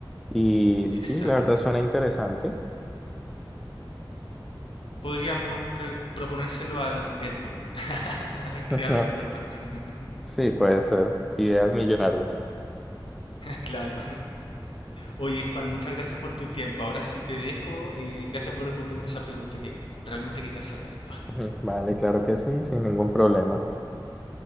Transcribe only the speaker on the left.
exacto.
Podríamos pre- proponérselo al Ed Boon, <laughs>
al creador de Mortal Kombat. <laughs>
Claro. Oye, Juan, muchas gracias por tu tiempo. Ahora sí te dejo. eh, gracias por responderme esa pregunta que realmente quería saber.